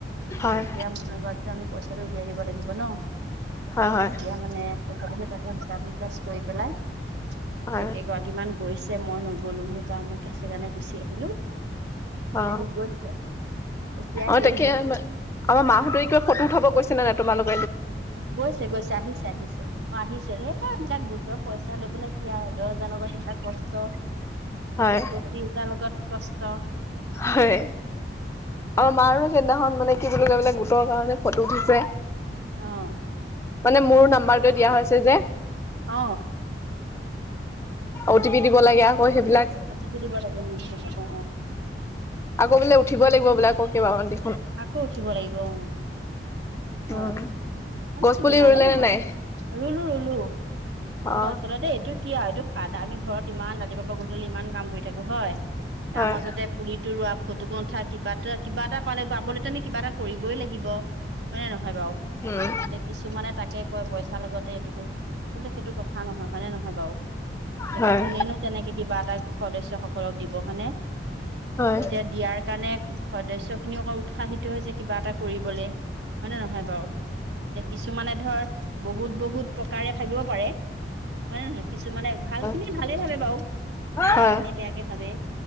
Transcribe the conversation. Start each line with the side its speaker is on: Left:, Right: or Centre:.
Left: হয়
Right: এতিয়া মানুহ গৰাকীক আমি পইচা টো উলিয়াই দিব লাগিব ন
Left: হয় হয়
Right: এতিয়া মানে। অথনি হিচাপ নিকাছ কৰি পেলাই এতিয়া
Left: হয়
Right: কেইগৰাকীমান গৈছে। যে মই নগলো মোৰ কাম আছে কাৰণে গুচি আহিলো তেওঁলোক
Left: অ
Right: গৈছে। এতিয়া
Left: অ'
Right: হেৰি
Left: তাকে
Right: হ'ল
Left: আমাৰ মাহতো
Right: অ
Left: কিবা ফটো উঠাব গৈছে নে নাই তোমালোক
Right: গৈছে গৈছে আহিছে আহিছে অ' আহিছে সেই এইবিলাক। গোটৰ পইচা লয় পেলাই কি আৰু দহ হাজাৰ টকাত লগত কিমান কষ্ট।
Left: হয়
Right: এতিয়া পঁচিশ হাজাৰ লগত কষ্ট।
Left: হয়, অ' মাৰো সেইদিনাখন মানে কি বুলি কয় বোলে। গোটৰ কাৰণে ফটো উঠিছে।
Right: আহ।
Left: মানে মোৰ নাম্বাৰটো দিয়া হৈছে যে।
Right: অ
Left: অ' টি পি দিব লাগে। সেইবিলাক
Right: অ' তি পি দিব লাগে ন অ' <unintelligible> <unintelligible>
Left: আকৌ বোলে উঠিবই লাগিব বোলে আক কেইবামান দি।
Right: আকৌ উঠিব লাগিব অ' হয়,
Left: উম
Right: মানে
Left: গছ পুলি
Right: যিমানেই
Left: ৰুলে
Right: নহক।
Left: নে নাই
Right: ৰুলো ৰুলো কোনটো
Left: অ
Right: আচলতে এইটো কি আৰু এইটো। আমি ঘৰত ইমান ৰাতিপুৱা গধূলি ইমান কাম কৰি থাকো হয় তাৰ
Left: হয়
Right: মাজতে পুলিটো ৰোৱা। ফটো ক উঠা কিবা এটা কিবা এটা পালে পাবলৈ আমি কিবা এটা কৰিবই লাগিব হয় নে নহয় বাৰু
Left: উম
Right: এতিয়া কিছুমানে তাকে কয়। পইচাৰ লগতে এইটো কৰি আচলতে সেইটো কথা নহয় হয়নে নহয় বাৰু এ
Left: হয়
Right: কোনেনো তেনেকে কিবা এটা সদস্য সকলক দিব হয় নে।
Left: হয়
Right: এতিয়া দিয়াৰ কাৰণে সদস্য খিনি অকৌ উৎসাহিত হৈছে কিবা এটা কৰিবলৈ হয় নে নহয় বাৰু এতিয়া কিছুমানে ধৰ বহুত বহুত তাৰে ভাবিব পাৰে। হয় নে নহয় কিছু মানে ভাল
Left: হয়
Right: খিনিয়ে ভালে ভাবে বাৰু
Left: হয়
Right: বেয়া
Left: হয়
Right: খিনিয়ে বেয়াকে ভাবে।